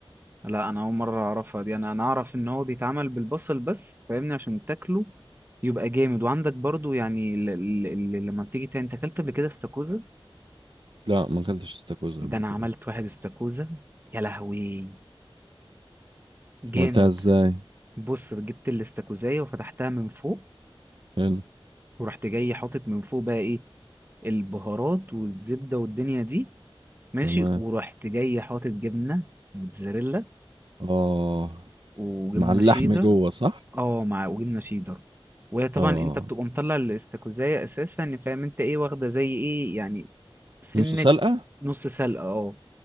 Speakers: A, on the right; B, on the right.
A: لا انا اول مرة اعرفها دي انا انا اعرف ان هو بيتعمل بالبصل بس فاهمني عشان تاكله يبقى جامد وعندك برضو يعني ل... ل... ل... لما بتيجي تاني انت اكلت قبل كده استاكوزا
B: لا ما اكلتش استاكوزا
A: ده
B: قبل
A: انا عملت
B: كده
A: واحد استاكوزا يا لهوي جامد
B: عملتها ازاي
A: بص جبت الاستاكوزايه وفتحتها من فوق
B: حلو
A: ورحت جاي حاطط من فوق بقى ايه البهارات والزبده والدنيا دي ماشي
B: تمام
A: ورحت جاي حاطط جبنه موتزاريلا
B: اه
A: وجبنه
B: مع اللحم
A: شيدر
B: جوه صح
A: اه مع وجبنه شيدر وهي طبعا
B: اه
A: انت بتبقى مطلع الاستاكوزايه اساسا فاهم انت ايه واخده زي ايه يعني سنه
B: نص سلقة
A: نص سلقه اه